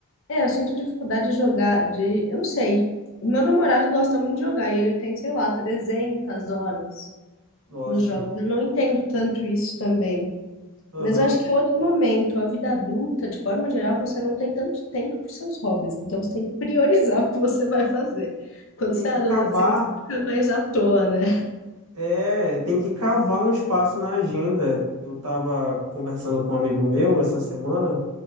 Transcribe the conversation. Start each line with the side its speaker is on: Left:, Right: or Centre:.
Left: É, eu sinto dificuldade de jogar, de, eu não sei. O Meu namorado gosta muito de jogar e ele tem, sei lá, 300 horas
Right: Nossa.
Left: nos jogos. Eu não entendo tanto isso também.
Right: Aham.
Left: Mas eu acho que é outro momento. A vida adulta, de forma geral, você não tem tanto tempo para seus hobbies. Então você tem que priorizar <laughs> o que você vai fazer. Quando
Right: Tem
Left: você
Right: que
Left: é adolescente,
Right: cavar
Left: você fica mais à toa, né?
Right: É, tem que cavar um espaço na agenda. Eu estava conversando com um amigo meu essa semana,